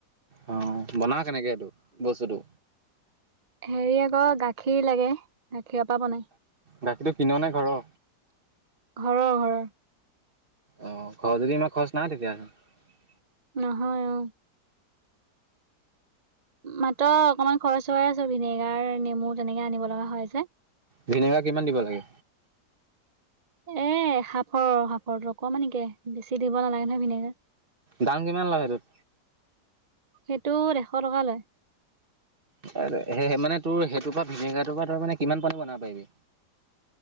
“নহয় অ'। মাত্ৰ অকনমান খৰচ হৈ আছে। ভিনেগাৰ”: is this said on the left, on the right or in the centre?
Right